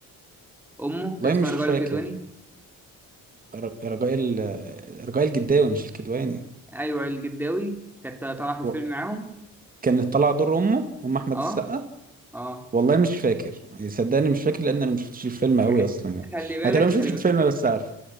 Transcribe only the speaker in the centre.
أمه
كان اسمها
رجال
الكدواني
أيوة الجداوي كانت طالعة في الفيلم
معاهم
اه اه
خ-
خلي بالك
خلي بالك